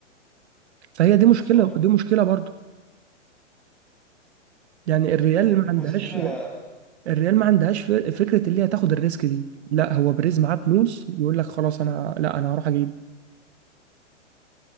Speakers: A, on the right (about 60°); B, in the centre.
A: فهي دي
B: بالظبط
A: مشكله دي مشكله برضو يعني الريال
B: ما دي
A: ما عندهاش
B: مشكلة
A: الريال ما عندهاش ف- فكره اللي هي تاخد الريسك دي لا هو بريز معاه فلوس يقول لك خلاص انا لا انا هروح اجيب